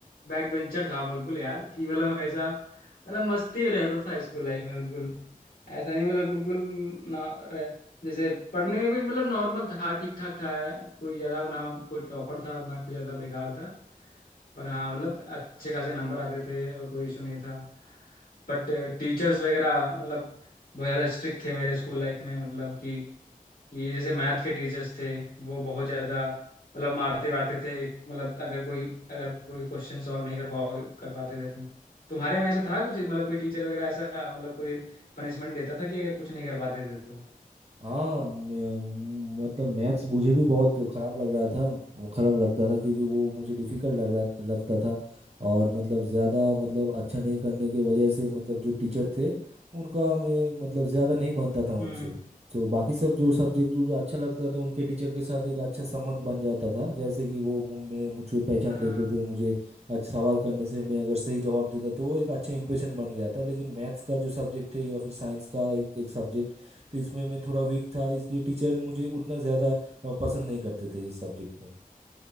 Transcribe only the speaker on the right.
हाँ मैं- मतलब मैथ्स मुझे भी बहुत खराब लग रहा था खराब लगता था क्योंकि वो मुझे डिफिकल्ट लग रहा लगता था और मतलब ज़्यादा मतलब अच्छा नहीं करने के वजह से मतलब जो टीचर थे उनका मैं मतलब ज़्यादा नहीं बनता था उनसे
तो बाकी सब जो सब्जेक्ट जो जो अच्छा लगता था उनके टीचर के साथ एक अच्छा संबंध बन जाता था जैसे कि वो मु- मेरे मुझे पहचान
लेते थे मुझे आज सवाल करने से मैं अगर सही जवाब देता तो वो एक अच्छा इंप्रेशन बन गया था लेकिन मैथ्स का जो सब्जेक्ट है या फिर साइंस का एक एक सब्जेक्ट तो इसमें मैं थोड़ा वीक था इसलिए टीचर मुझे उतना ज़्यादा अ, पसंद नहीं करते थे इस सब्जेक्ट में